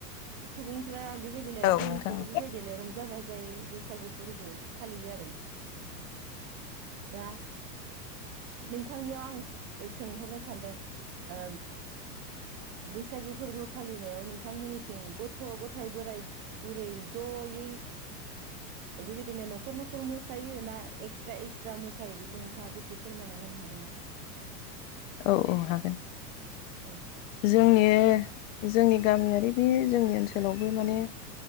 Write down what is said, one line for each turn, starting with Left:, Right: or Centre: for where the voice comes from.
Right: सुबुंफ्रा बेबायदिनो
Left: औ
Right: जोंनिथिंबो
Left: नोंथां
Right: बेबायदिनो रंजा बाजा जायै बैसागु फोरबो फालियो आरो दा। नोंथांनियाव आं सोंहरनो सानदों ओ बैसागु फोरबो फालिनायाव नोंथांमोननिथिं गथ' गथाय बोराइ बुरै जयै। बेबायदिनो न'खर न'खर मोसायो ना एक्सट्रा एक्सट्रा मोसायो बेखौ नोंथाङा दसे फोरमायना होनो हागोन ना?
Left: औ औ हागोन।
Right: ओ
Left: जोंनि जोंनि गामियारि बे जोंनि ओनसोलावबो माने